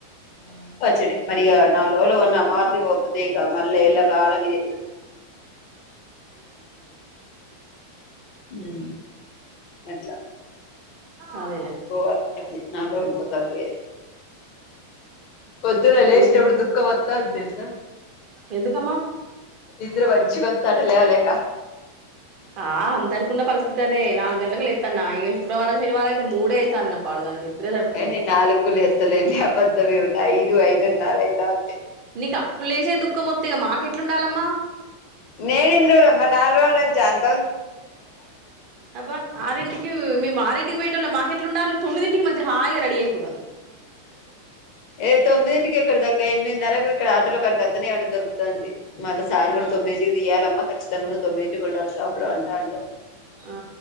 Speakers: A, on the right; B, on the left.
A: అ
B: పచ్చడి మరిగా నాలుగు రోళు వన్న అమ్మవారింటికి పోతే ఇగ మళ్ళ ఇలా కాలం ఇదే ఉమ్ అట్లా
A: అదేలే
B: పోవాలి నాలుగు రోజలు పోతా అది వేర పోద్దున లేచేటప్పుడు
A: దూ
B: దుఃఖ వోత్ తంది తెలుసా
A: ఎందుకమ్మా
B: నిద్రఅంచిగోత్ తంది లేెవలెకా
A: ఆ అందరికున్న పరిస్థితి అదే నాలుగు గంటలకు లెత్తన్న ఇగ శుక్రవారం శనివారం అయితే మూడే అయితంది పాడుగాను నిద్రసరీపోతలేదు
B: ఏ నేను నాలుగుకు లేత్తలేను అబద్ధమే ఉంది ఐదు ఐదున్నర అయితాంది
A: నీకు అప్పు లేసే దుఃఖమొత్తే మాకెట్లుండాలమ్మా
B: నేను చూడమ్మా నల్రోల్నచ్ ఆన్
A: అబ్బా ఆరింటికి మేము ఆరింటికి పొయ్యేటోల్లం మాకెట్లుండలి తొమ్మిదింటికి మంచిగ హాయిగా రెడీ అయిపోతా
B: ఏ తొమ్మిదింటికి ఎక్కడిద్దక్క ఎనిమిదిన్నరకు ఇక్కడ ఆటోలోక్కడికి అతనే ఏమన్న దరుకుతుంది మళ్ళీ సారి
A: ఆ
B: కూడా తొమ్మిదింటికి తీయ్యాలమ్మా ఖచ్చితంగా తొమ్మిదింటికి ఉండాలి షాప్ లో ఉంటాండు
A: ఆ